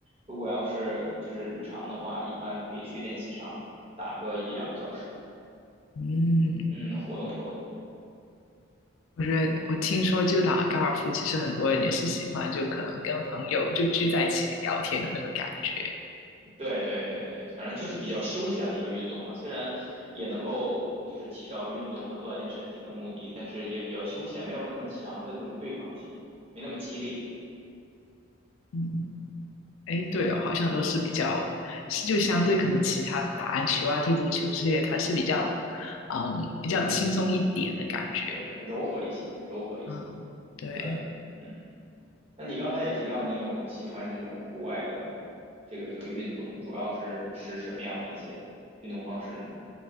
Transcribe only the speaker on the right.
如果要是就是日常的话，一般可以去练习场打个一两个小时，
嗯，活动活动。
对对对对，反正就是比较休闲的一个运动嘛，虽然也能够就是起到运动和锻炼身体的目的，但是也比较休闲，没有那么强的这种对抗性，没那么激烈。
嗯，
对，柔和一些，柔和一些。
对，嗯，那你刚才也提到你有喜欢这种户外的这个这个运动，主要是是什么样的一些运动方式呢？